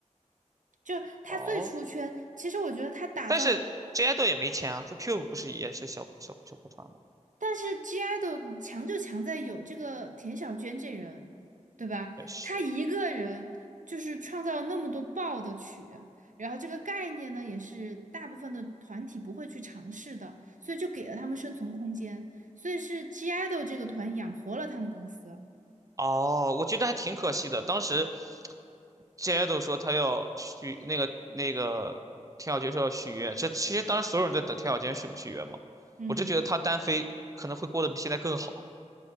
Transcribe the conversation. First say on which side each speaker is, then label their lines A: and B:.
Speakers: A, on the right; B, on the right.
A: 就他最出圈，
B: 哦，
A: 其实我觉得他打造。
B: 但是 J idol 也没钱啊，这 Cube 不是也是小小小破团吗？
A: 但是 GI 的强就强在有这个田小娟这人，对吧？
B: 也是。
A: 她一个人就是创造了那么多爆的曲，
B: 这
A: 然后这个概念呢，也是大部分的团体不会去尝试的，所以就给了他们生存空间，所以是 GI 的这个团养活了他们公司。
B: 哦，我觉得还挺可惜的。当时 j 都说他要许那个那个田小娟说要续约，这其实当时所有人都在等田小娟续不续约嘛。
A: 嗯，
B: 我就觉得他单飞可能会过得比现在更好。